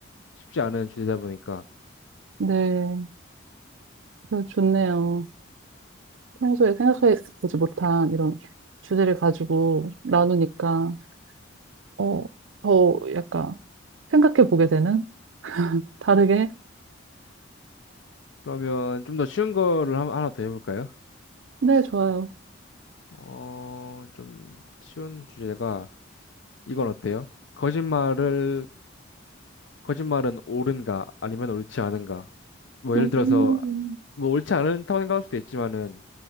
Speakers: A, on the left; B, on the right.
A: 쉽지 않은 주제다 보니까.
B: 네, 그래서 좋네요. 평소에 생각해 보지 못한 이런 주제를 가지고 나누니까. 어, 더 약간 생각해 보게 되는? 다르게?
A: 그러면 좀 더 쉬운 거를 한- 하나 더 해볼까요?
B: 네, 좋아요.
A: 어, 좀 쉬운 주제가 이건 어때요? 거짓말을 거짓말은 옳은가 아니면 옳지 않은가? 뭐 예를
B: 음,
A: 들어서 뭐 옳지 않다고 생각할 수도 있지만은